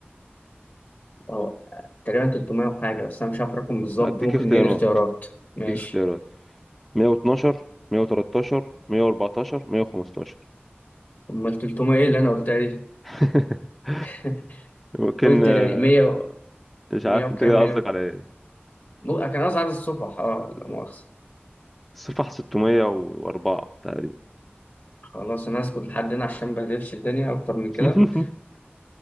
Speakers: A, on the left (about 50°); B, in the centre.
A: أه تقريبا 300 وحاجة بس أنا مش عارف الرقم بالظبط
B: هديك
A: ممكن
B: اختيارات
A: اديني اختيارات ماشي
B: هديك اختيارات 112 113 114 115
A: أمال 300 إيه اللي أنا قلتها دي؟
B: <laughs>
A: <laughs>
B: ممكن
A: قلت
B: آه،
A: يعني 100
B: مش عارف
A: 100 وكام
B: انت كده قصدك على ايه
A: بو- كان قصدي عدد الصفح اه لا مؤاخذة
B: الصفحة 604 تقريبا
A: خلاص انا اسكت لحد هنا عشان ما بهدلش الدنيا اكتر من كده
B: <laughs>